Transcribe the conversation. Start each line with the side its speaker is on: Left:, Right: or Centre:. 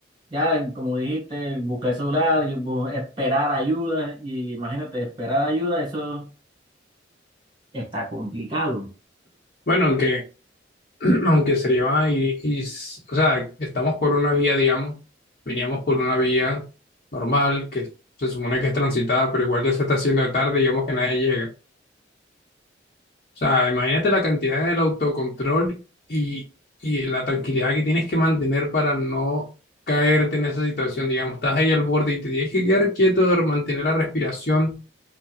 Right: Ya, como dijiste, buscar el celular, y bu- esperar ayuda, y imagínate, esperar ayuda, eso está complicado.
Left: Bueno, aunque, <clears throat> aunque sería, y, y, s- o sea, estamos por una vía, digamos, veníamos por una vía normal, que se supone que es transitada, pero igual ya se está haciendo de tarde, digamos que nadie llega. O sea, imagínate la cantidad del autocontrol y, y la tranquilidad que tienes que mantener para no caerte en esa situación, digamos, estás ahí al borde y te tienes que quedar quieto, mantener la respiración